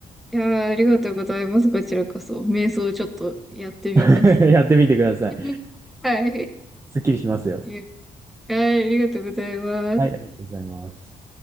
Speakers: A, in the centre; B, on the right (about 20°).
A: や、ありがとうございます。こちらこそ。瞑想をちょっとやってみます。
B: <laughs> やってみてください。
A: <laughs> はい。
B: すっきりしますよ。
A: いや、はいありがとうございます。
B: はい、ありがとうございます。